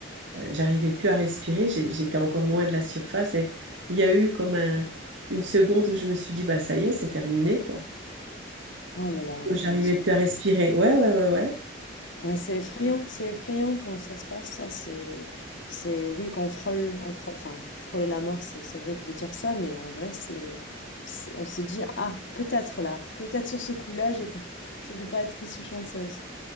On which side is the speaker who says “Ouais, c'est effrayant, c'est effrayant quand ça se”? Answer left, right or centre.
Left